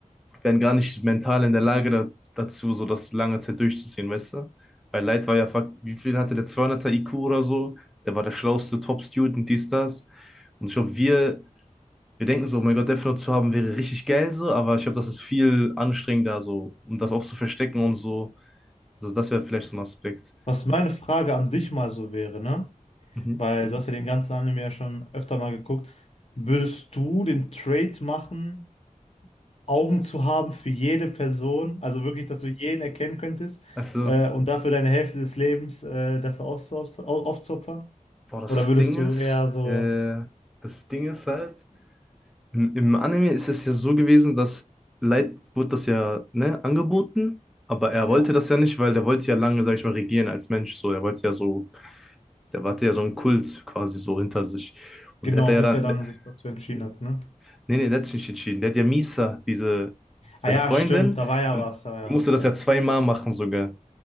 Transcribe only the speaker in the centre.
wären gar nicht mental in der Lage da, dazu, so das lange Zeit durchzuziehen, weißt du? Weil Light war ja, fuck, wie viel hatte der 200er IQ oder so? Der war der schlauste Top-Student, dies, das. Und ich glaube, wir, wir denken so, oh mein Gott, Death Note zu haben wäre richtig geil so, aber ich glaube, das ist viel anstrengender so, um das auch zu verstecken und so. Also, das wäre vielleicht so ein Aspekt.
Mhm.
Also,
boah, das
Ding
ist,
äh, das Ding ist halt, im, im Anime ist es ja so gewesen, dass Light wurde das ja, ne, angeboten, aber er
wollte das ja nicht, weil der wollte ja lange, sag ich mal, regieren als Mensch, so, er wollte ja so, der hatte ja so einen Kult quasi so hinter sich und
der hat ja
dann,
nee,
nee, der hat sich nicht entschieden, der hat ja Misa, diese, seine
Freundin
und
die musste
das
ja zweimal machen sogar